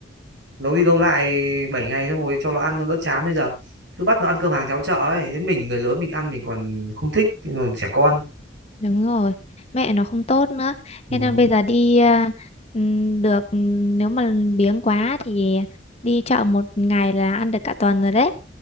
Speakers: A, on the right; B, on the left.
A: lâu đi lâu lại 7 ngày xong rồi cho nó ăn nó đỡ chán bây giờ cứ bắt nó ăn cơm hàng cháo chợ ấy thế mình người lớn mình ăn mình còn không thích còn trẻ con
B: Đúng rồi, mẹ nó không tốt nữa.
A: ừ.
B: Thế nên bây giờ đi à, ừm, được ừm, nếu mà biếng quá thì đi chợ một ngày là ăn được cả tuần rồi đấy.